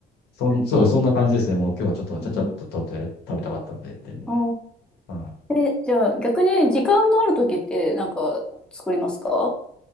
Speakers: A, on the left; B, in the centre.
A: そん、そう、
B: うん。
A: そんな感じですね。もう今日はちょっとちゃちゃっととうとう食べたかったんでっていうので。
B: うんあ
A: は
B: あ。え、じゃあ逆に時間のある時ってなんか作りますか